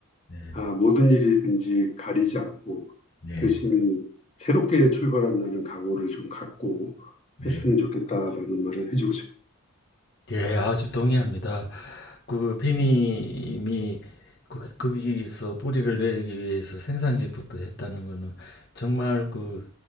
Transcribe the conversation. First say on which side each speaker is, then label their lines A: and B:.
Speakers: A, on the left; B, on the left.
A: 네.
B: 아, 모든 일이든지 가리지 않고
A: 네.
B: 열심히 새롭게 출발한다는 각오를 좀 갖고
A: 네.
B: 했으면 좋겠다라는 말을 해주고 싶어요.
A: 예, 아주 동의합니다. 그 비님이 그- 거기서 뿌리를 내리기 위해서 생산직부터 했다는 거는 정말 그